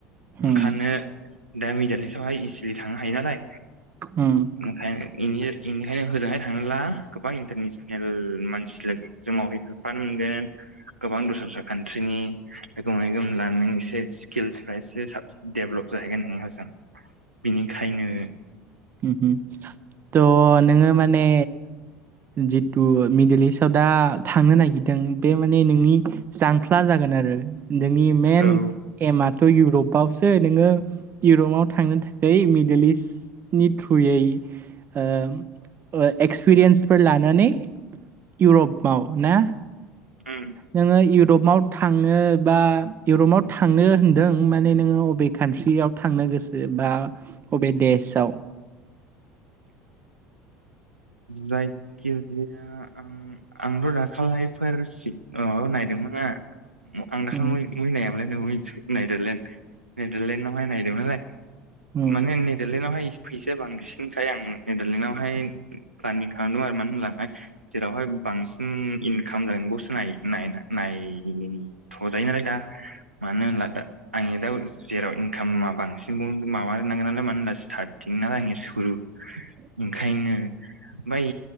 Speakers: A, on the right (about 30°); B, on the right (about 90°).
A: हुँ,
B: ओंखायनो दा मिडाललिस्वहाय इजिलि थांनो हायो नालाय
A: हुँ,
B: अमफाय इनि इनिखायनो होजोंहाय थाङोब्ला गोबां इन्टारनेसनेल मानसिलो जोंमावहैफेरफानो मोनगोन गोबां दस्रा दस्रा कान्ट्रिनि लोगो मोनहैगोन होमब्ला नों एसे स्किल्सफ्रा एसे साबसिन डेभलप जाहैगोन होन होजों बिनिखायनो
A: हुम हुम थ' नोङो माने जितु मिडल इस्टआव दा थांनो नागिरदों बे माने नोंनि जांख्ला जागोन आरो नोंनि मेन
B: औ
A: एमाथ' इउरपावसो नोङो इउरपाव थांनो बै मिडल इस्टनि थ्रुयै होम एक्सपिरियेन्सफोर लानानै इउरपआव ना
B: उम
A: नोङो इउरपआव थांनो बा इउरपाव थांनो होनदों माने नोङो अबे कान्ट्रियाव थांनो गोसो बा अबे देशआव?
B: जायखिरजाया आं आंथ' दाखालैफोर माबा नायदोंमोना आं दाखलि
A: थ'
B: मैनायावनो नों नेडारलेण्ड नेडारलेण्डआवहाय नायदोंमोन नालाय
A: नोङो
B: माने नेडारलेण्डआवहाय फैसाया बांसिनखाय आं नेडारलेण्डआवहाय प्लानिंग खांदों आरो मानो होनायखाय जेरावहाय बांसिन इनकाम जबावसो नाय नाय नाय थजायो नालाय दा मानो होनलादा आंनि दा जेराव इनकामा बांसिन बाव माबा नांगोन नालाय मानो होना स्टार्टिं नालाय आंनि सुरु
A: <inaudible>
B: ओंखायनो ओमफाय